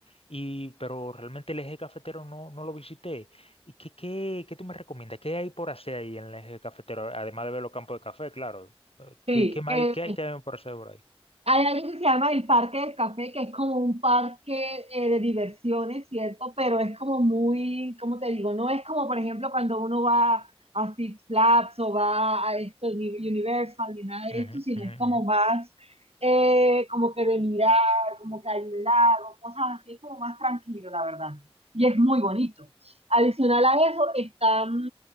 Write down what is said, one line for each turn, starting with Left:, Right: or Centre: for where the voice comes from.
Left: Y, pero realmente el eje cafetero no, no lo visité. ¿Y qué, qué, qué tú me recomiendas? ¿Qué hay por hacer ahí en el eje cafetero? Además de ver los campos de café, claro. Eh,
Right: Sí,
Left: ¿Qué, qué más
Right: eh,
Left: hay, qué hay, qué hay por hacer por ahí?
Right: Hay algo que se llama el Parque del Café, que es como un parque eh, de diversiones, ¿cierto? Pero es como muy, ¿cómo te digo? No es como, por ejemplo, cuando uno va a Six Flags o va a esto, ni Universal, ni nada de
Left: Ujú,
Right: esto, sino
Left: ujú,
Right: es como más, eh, como que de mirar, como que hay un lago, cosas así, es como más tranquilo, la verdad. Y es muy bonito. Adicional a eso, están